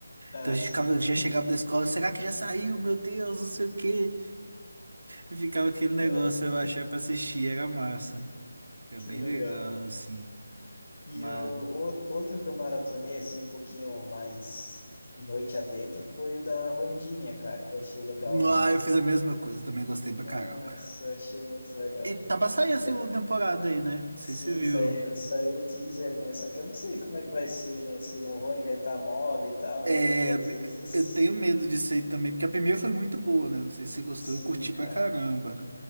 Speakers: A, on the left; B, on the right.
A: Ah,
B: Então a gente
A: sim.
B: ficava,
A: <laughs>
B: já chegava da escola, será que já saiu? Meu Deus, não sei o quê. E ficava aquele negócio,
A: Ah,
B: eu achar pra assistir, era massa. Era
A: Que
B: bem
A: legal.
B: legal, assim.
A: E
B: Mas.
A: o, o- outro que eu maratonei, assim, um pouquinho mais noite adentro, foi o da Wandinha, cara, que eu achei legal
B: Ah,
A: ali.
B: eu fiz a mesma coisa, também gostei pra
A: Nossa,
B: caramba.
A: eu achei muito legal,
B: E tá
A: velho.
B: pra sair a segunda
A: E
B: temporada aí, né? Não sei
A: Sim,
B: se você viu.
A: saiu, saiu o teaser, né? Só que eu não sei como é que vai ser, né? Se não vão inventar moda e tal,
B: É,
A: né? Porque às
B: me-
A: vezes,
B: eu tenho medo disso aí também, porque a primeira foi muito boa, né? Não sei se você gostou,
A: sim,
B: eu curti
A: cara.
B: pra caramba.